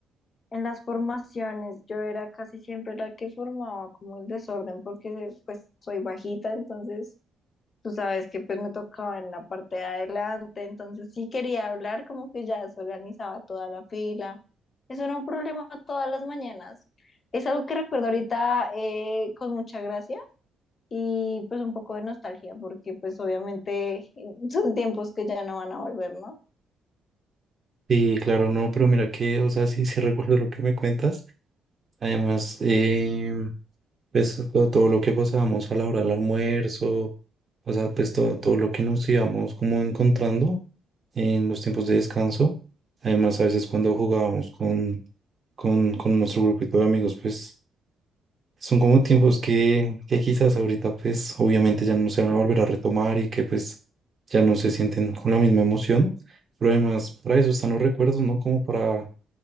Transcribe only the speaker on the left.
en las formaciones yo era casi siempre la que formaba como el desorden porque pues soy bajita, entonces Tú sabes que pues me tocaba en la parte de adelante, entonces sí quería hablar, como que ya desorganizaba toda la fila. Eso era un problema todas las mañanas. Es algo que recuerdo ahorita eh, con mucha gracia y pues un poco de nostalgia, porque pues obviamente son tiempos que ya no van a volver, ¿no?